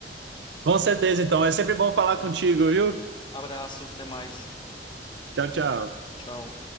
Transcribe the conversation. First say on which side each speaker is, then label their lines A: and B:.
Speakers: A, on the right (about 75°); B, on the left (about 25°).
A: Com certeza, então. É sempre bom falar contigo, viu?
B: Abraço, até mais.
A: Tchau, tchau.
B: Tchau.